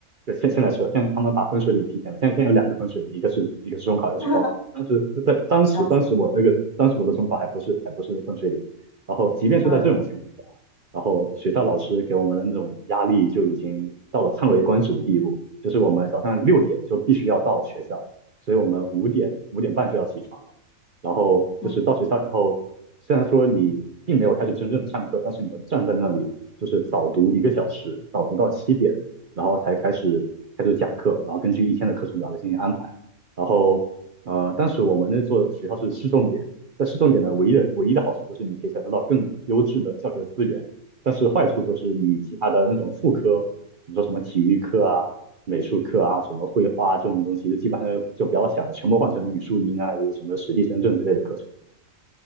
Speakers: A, on the right (about 45°); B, on the left (about 70°).
A: 对，现现在是，现在他们把分水岭提前了。现在现在有两个分水岭，一个是一个是中考，
B: <laughs>
A: 一个是高考。当时在当时当时我那个当时我的中考还不是还不是分水岭，
B: 笑死，
A: 然后即便是在这种情况下，
B: 嗯
A: 然后学校老师给我们的那种压力就已经到了叹为观止的地步，就是我们早上六点就必须要到学校，所以我们五点五点半就要起床了。然后就是到学校以后，
B: 嗯，
A: 虽然说你并没有开始真正的上课，但是你要站在那里就是早读一个小时，早读到七点。然后才开始开始讲课，然后根据一天的课程表来进行安排。然后呃，当时我们那座学校是市重点，在市重点呢，唯一的唯一的好处就是你可以享受到更优质的教学资源，但是坏处就是你其他的那种副科，比如说什么体育课啊、美术课啊、什么绘画啊这种东西，就基本上就不要想了，全部换成语数英啊，有什么史地生政之类的课程。